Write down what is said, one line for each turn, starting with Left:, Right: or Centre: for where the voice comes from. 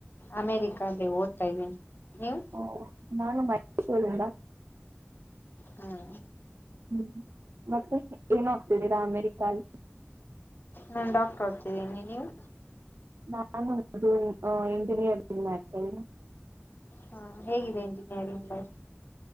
Left: ಅಮೇರಿಕಾಗೆ ಓದ್ತಾ ಇದ್ದೀನಿ ನೀವು
Right: ಹೊಂ ನಾನು ಮೈಸೂರಿಂದ
Left: ಹಾಂ
Right: ಹ್ಮ್ ಮತ್ತೆ ಏನ್ ಓದ್ತಿದೀರಾ ಅಮೇರಿಕ ಅಲ್ಲಿ
Left: ನಾನ್ ಡಾಕ್ಟರ್ ಓದ್ತಿದ್ದೀನಿ ನೀವು
Right: ನಾನು ಅದು ಇಂಜಿನಿಯರಿಂಗ್ ಮಾಡ್ತೀನಿ
Left: ಹಾಂ ಹೇಗಿದೆ ಇಂಜಿನಿಯರಿಂಗ್ ಲೈಫ್